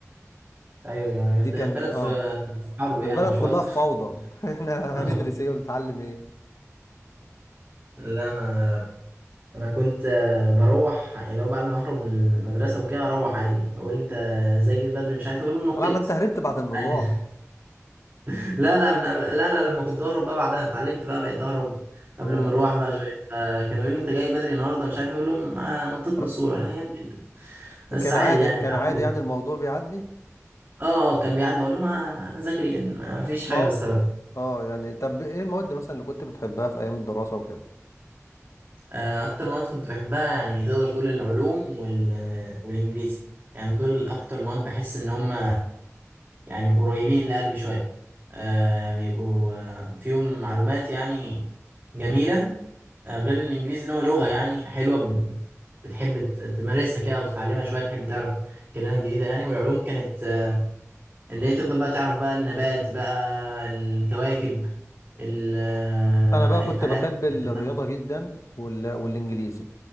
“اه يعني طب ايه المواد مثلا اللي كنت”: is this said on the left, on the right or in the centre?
Left